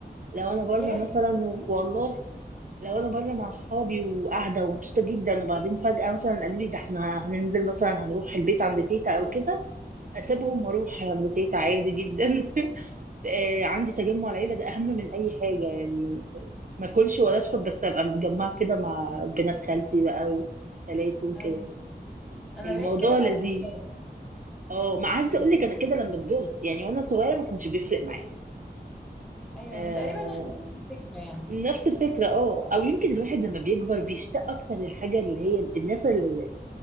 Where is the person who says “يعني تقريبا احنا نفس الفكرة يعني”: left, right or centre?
Centre